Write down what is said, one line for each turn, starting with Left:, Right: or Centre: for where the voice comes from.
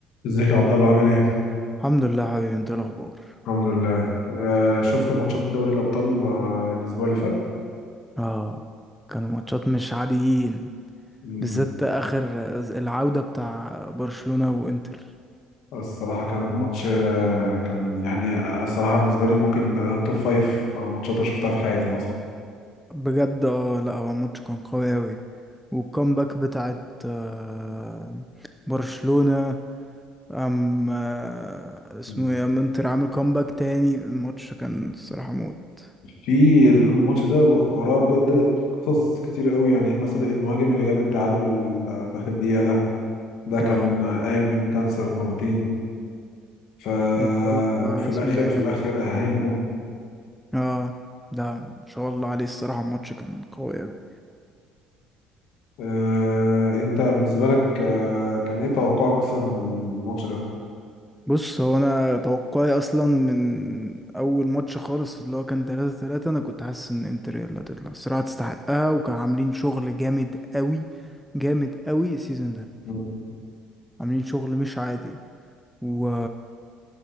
Left: ازيك يا عبد الله عامل ايه؟
Centre: الحمد لله حبيبي انت ايه الاخبار
Left: الحمد لله آه شفت ماتشات دوري الابطال آه الاسبوع اللي فات
Centre: اه كانوا ماتشات مش عاديين
Left: مم،
Centre: بالذات اخر العودة بتاع برشلونة وانتر
Left: الصراحه كان الماتش
Centre: كان ماتش
Left: آه كان يعني آه، الصراحه بالنسبه لي ممكن آه، توب فايف ماتشات أنا شفتها في حياتي مثلا
Centre: بجد اه لا هو الماتش كان قوي اوي والكامباك بتاعت آه برشلونة ام آه اسمه
Left: مم.
Centre: ايه ام انتر عامل كامباك تاني الماتش كان الصراحة موت
Left: في الماتش ده وراه بجد قصص كتير قوي يعني مثلا المهاجم اللي جاب التعادل آه، في اخر دقيقه ده ده كان
Centre: اه
Left: آه، قايم من كانسر مرتين ف
Centre: اللي هو
Left: وفي الاخر
Centre: اسمه ايه
Left: في الاخر اهلهم
Centre: اه ده ما شاء الله عليه الصراحة الماتش كان قوي اوي
Left: آه، انت بالنسبه لك آه، كان ايه توقعك اصلا للماتش ده
Centre: بص هو انا توقعي اصلا من اول ماتش خالص اللي هو كان 3 3 انا كنت حاسس ان انتر هي اللي هتطلع الصراحه تستحقها وكان عاملين شغل جامد قوي جامد قوي السيزون ده
Left: مم.
Centre: عاملين شغل مش عادي و